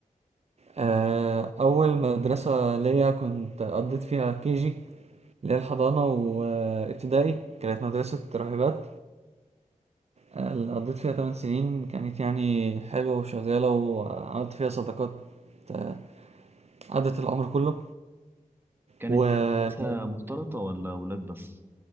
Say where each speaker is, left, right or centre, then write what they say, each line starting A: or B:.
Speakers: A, on the right (about 50°); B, on the right (about 15°).
A: آه، أول مدرسة ليا كنت قضيت فيها كيجي اللي هي الحضانة وابتدائي كانت مدرسة راهبات آه، اللي قضيت فيها 8 سنين كانت يعني حلوة وشغالة وعملت فيها صداقات آه، عدت العمر كله
B: كانت
A: و-
B: مدرسة مختلطة ولا ولاد بس؟